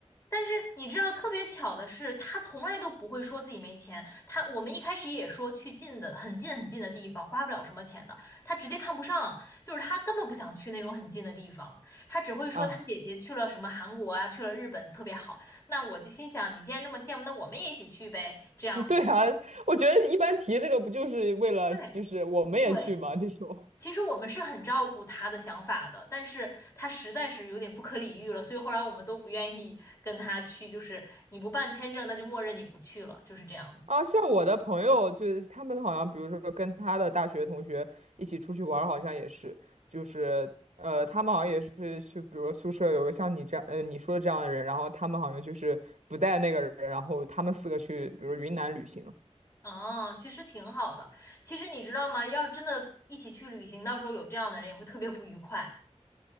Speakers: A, on the left (about 25°); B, on the right (about 80°).
A: 但是你知道，特别巧的是，他从来都不会说自己没钱。他我们一开始也说去近的、很近很近的地方，花不了什么钱的。他直接看不上，就是他根本不想去那种很近的地方，他只会说他姐姐去了什么韩国啊，
B: 啊。
A: 去了日本特别好。那我就心想，你既然这么羡慕，那我们也一起去呗，这样子。
B: <laughs> 对啊，我觉得一般提这个不就是为了就是我们也去嘛这种。
A: 对对，其实我们是很照顾他的想法的，但是他实在是有点不可理喻了，所以后来我们都不愿意 <laughs> 跟他去，就是你不办签证，那就默认你不去了，就是这样子。
B: 啊，像我的朋友，就是他们好像，比如说跟他的大学同学一起出去玩儿好像也是，就是呃，他们好像也是去，比如说宿舍有个像你这样，呃，你说的这样的人，然后他们好像就是不带那个人，然后他们四个去，比如云南旅行了
A: 啊。其实挺好的。其实你知道吗？要是真的一起去旅行，到时候有这样的人也会特别不愉快。